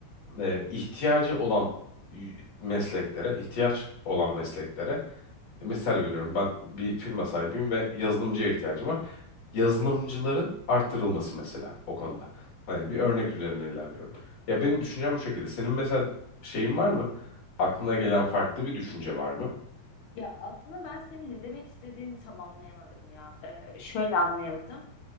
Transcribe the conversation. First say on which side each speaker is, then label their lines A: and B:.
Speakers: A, on the left (about 45°); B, on the left (about 85°).
A: e, ihtiyacı olan y- mesleklere, ihtiyaç olan mesleklere, e, misal veriyorum ben bir firma sahibiyim ve yazılımcıya ihtiyacım var. Yazılımcıların arttırılması mesela o konuda. Hani bir örnek üzerine ilerliyorum. Ya benim düşüncem bu şekilde. Senin mesela şeyin var mı? Aklına gelen farklı bir düşünce var mı?
B: Ya aslında ben senin ne demek istediğini tam anlayamadım ya. Ee, şöyle anlayamadım.